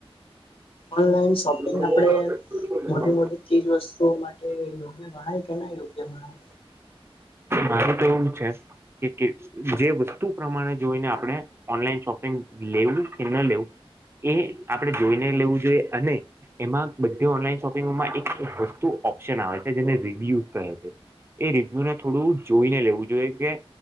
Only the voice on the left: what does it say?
ઓનલાઈન શોપિંગ
આપડે મોટી મોટી ચીજ વસ્તુઓ માટે યોગ્ય ગણાય કે ના યોગ્ય ગણાય